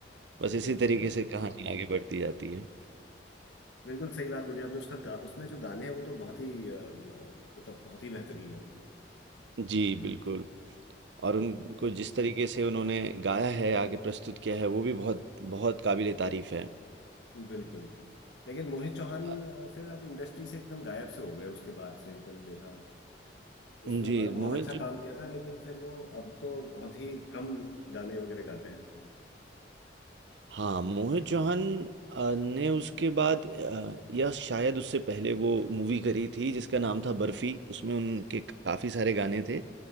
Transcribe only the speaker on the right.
बस इसी
तरीके से कहानी आगे बढ़ती जाती है
जी बिल्कुल और उनको
जिस तरीके से उन्होंने गाया है आगे प्रस्तुत किया है वो भी बहुत बहुत काबिले तारीफ है
अ,
जी
मोहित
हाँ मोहित चौहान अ, ने उसके बाद अ, या शायद उससे पहले वो मूवी करी थी जिसका नाम था बर्फी उसमें उनके काफ़ी सारे गाने थे